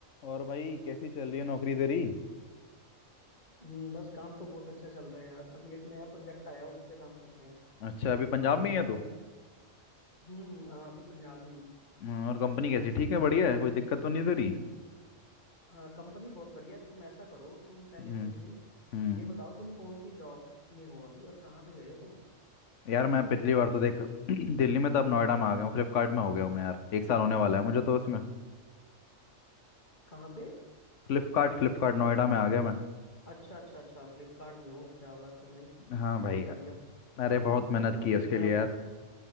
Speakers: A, on the left; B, on the left.
A: और भाई कैसी चल रही है नौकरी तेरी
B: हम्म बस काम तो बहुत अच्छा चल रहा है यार अभी एक नया प्रोजेक्ट आया है उस पे काम कर रहे हैं
A: अच्छा अभी पंजाब में ही है तो
B: हम्म हम्म हाँ अभी पंजाब में ही हूँ
A: हम्म, और कंपनी कैसी ठीक है बढ़िया है कोई दिक्कत तो नहीं दे रही
B: हाँ कंपनी बहुत बढ़िया है तुम ऐसा करो तुम पहले
A: हम्म
B: मुझे
A: हम्म
B: ये बताओ तुम कौन सी जॉब में हो अभी और कहाँ पे गए हो तुम
A: यार मैं पिछली बार तो देख <clears throat> दिल्ली में तो अब नोएडा में आ गया हूँ फ्लिपकार्ट में हो गया हूँ मैं यार एक साल होने वाला है मुझे तो उसमें
B: कहाँ पे
A: फ्लिपकार्ट फ्लिपकार्ट नोएडा में आ गया मैं
B: अच्छा अच्छा अच्छा फ्लिपकार्ट में हो क्या बात है भाई
A: हाँ भाई
B: बहुत बढ़िया
A: अरे
B: और
A: बहुत मेहनत
B: बस अब
A: की है उसके
B: मैं
A: लिए यार